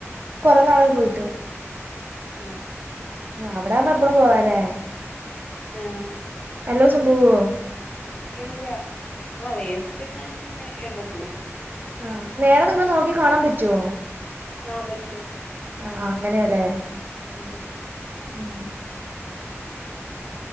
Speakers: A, on the right (about 40°); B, on the left (about 25°).
A: കുറ നാളായി പോയിട്ട്
B: മ്
A: ആ അവിടൊവുമ്പോ എപ്പഴും പോവാലേ
B: ആ
A: എല്ലോവസം പോവോ
B: ഇല്ല ആ വേസ്റ്റ്ങ്ങെ എന്തും പോ
A: ആ നേരെ നിങ്ങൾ നോക്കി കാണാൻ പറ്റുവോ
B: ആ പറ്റും
A: ആ അങ്ങനെയല്ലെ..
B: മ്
A: ആഹ്